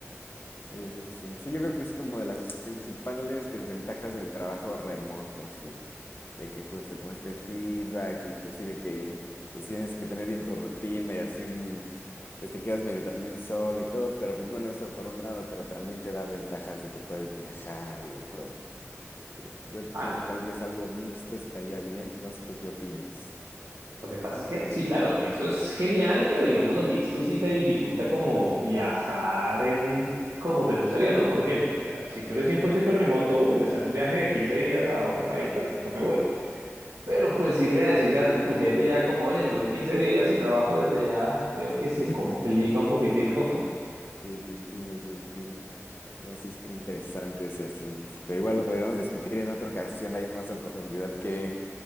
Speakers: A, on the left (about 45°); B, on the right (about 80°).
A: Sí, sí, sí. Sí, yo creo que es como de las principales desventajas del trabajo remoto, así, de que justo como este feedback y pues sí, de que pues tienes que tener bien tu rutina y así, un- pues te quedas medio también solo y todo, pero pues bueno, eso por un lado, pero también te da ventajas de que puedes viajar y de todo. Sí, yo creo
B: A-
A: que tal vez algo mixto estaría bien, no sé tú qué opines.
B: Lo que pasa es que, sí, claro, lo mixto es genial, pero digamos lo mixto sí te dificulta como viajar en como te gustaría, ¿no? Por ejemplo, o sea, si tú eres 100% remoto, uy, me sale un viaje de 15 días a otro país, perfecto, me voy. Pero
A: Sí,
B: pues irle a decir a tu jefe ya como, oye, me voy 15 días y trabajo desde allá, creo que se
A: <laughs>
B: complica un poquitico. <laughs>
A: sí, te entiendo, te entiendo. No, sí está interesante ese asunto. Pero igual lo podríamos discutir en otra ocasión, hay más a profundidad qué,